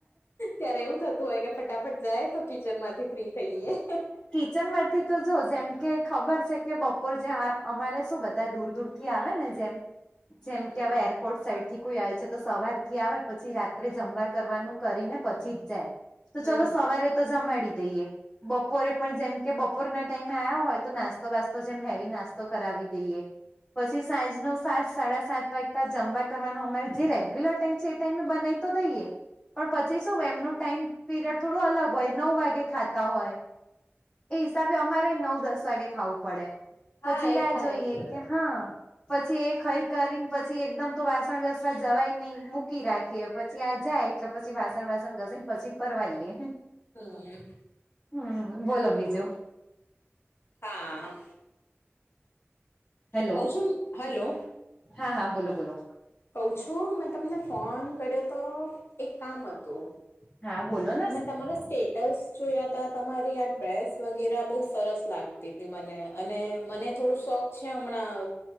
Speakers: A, on the left (about 60°); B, on the left (about 20°).
A: ત્યારે એવું થતું હોય કે ફટાફટ જાય તો કિચન માંથી ફ્રી થઈએ.
B: વચન માંથી તો જો જેમ કે ખબર છે કે બપોર જે અમારે શું બધા દૂર દૂર થી આવે ને જેમ
A: હમ
B: જેમ
A: હમ
B: કે હવે એરપોર્ટ સાઈડથી કોઈ આવે છે તો સવાર થી આવે પછી રાત્રે જમવા કરવાનું કરીને પછી જ જાય. તો
A: હમ
B: ચાલો
A: હમ
B: સવારે તો જમાડી દઈએ બપોરે પણ જેમ. કે બપોરના ટાઈમે આવ્યા હોય તો નાસ્તો વાસ્તો જેમ હેવી નાસ્તો કરાવી દઈએ પછી સાઈઝ નો સાત સાડા સાત વાગતા જમવા કરવાનું અમારે જે રેગ્યુલર ટાઈમ છે એ ટાઈમે બનાવી તો દઈએ. પણ પછી શું એમનું ટાઈમ પીરિયડ થોડું અલગ હોય નવ વાગે ખા હોય એ હિસાબે અમારે નવ દસ વાગે ખાવું પડે પછી
A: હા એ
B: રાહ
A: થાય
B: જોઈએ
A: છે
B: કે હા. પછી એ ખાઈ કરીને પછી એકદમ તો વાસણ ઘસવા જવાય નહી. મૂકી રાખીએ પછી આ જાય એટલે પછી વાસણ વાસણ ઘસીને પછી પરવાઈએે
A: હમ.
B: હમ બોલો બીજું.
A: હા.
B: હેલો
A: ક્વ છું હલો.
B: હા હા બોલો બોલો
A: કહું છું મેં તમને ફોન કર્યો તો એક કામ હતું.
B: હા બોલો ન.
A: મેં તમારો સ્ટે ટ્સ જોયાતા તમારી આ ડ્રેસ વગેરે બોહ સરસ લાગતી તી મને અને મને થોડું શોખ છે હમણાં